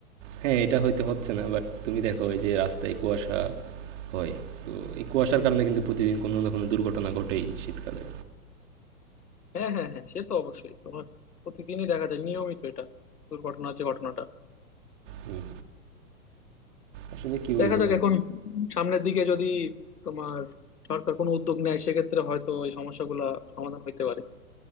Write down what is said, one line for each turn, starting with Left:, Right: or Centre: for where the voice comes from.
Right: হ্যাঁ, এটা হয়তো হচ্ছে না বাট তুমি দেখো এই যে রাস্তায় কুয়াশা হয় তো এই কুয়াশার কারণে কিন্তু প্রতিদিন কোনো না কোনো দুর্ঘটনা ঘটেই শীতকালে
Left: হ্যাঁ হ্যাঁ হ্যাঁ সে তো অবশ্যই তোমার প্রতিদিনই দেখা যায় নিয়মিত এটা দুর্ঘটনার যে ঘটনাটা
Right: হুম, আসলে কি বলবো
Left: দেখা যাক এখন সামনের দিকে যদি তোমার সরকার কোনো উদ্যোগ নেয় সেক্ষেত্রে হয়তো এই সমস্যাগুলা সমাধান হইতে পারে